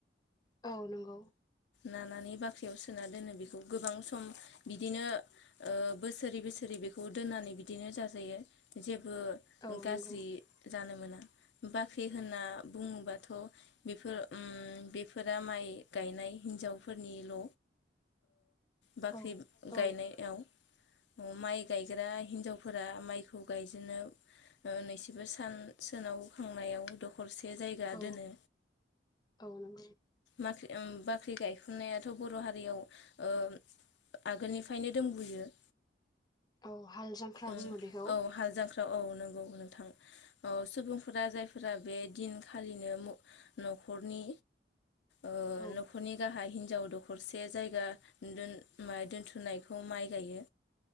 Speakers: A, on the left (about 25°); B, on the left (about 80°).
A: औ नंगौ
B: नानानै बाख्रियाव सोना दोनो बेखौ गोबां सम बिदिनो ओ बोसोरै बोसोरै बेखौ दोननानै बिदिनो जाजायो जे बो
A: औ
B: गाज्रि
A: नंगौ
B: जानो मोना बाख्रि होनना बुङोबाथ' बेफोर उम बेफोरा माइ गायनाय हिन्जावफोरनिल' बाख्रि
A: औ
B: गायनायाव
A: औ
B: अ माइ गायग्रा हिनजावफोरा माइखौ गायजेननो ओ <unintelligible> सान सोनाब खनायाव दखरसे जायगा
A: औ
B: दोनो।
A: औ नंगौ
B: माख्रि उम बाख्रि गायखुनायाथ' बर' हारियाव ओ आगोलनिफ्रायनो दंबोयो।
A: औ हाल जांख्रा
B: ओं औ
A: बुंङो बेखौ
B: हाल जांख्रा औ नंगौ नोंथां औ सुबुंफोरा जायफोरा बे दिनखालिनो मो न'खराव हरनि ओ-न'खरनि
A: औ
B: गाह हा हिनजाव दखरसे जायगा दोन- मा-थुमनायखौ माइ गायो।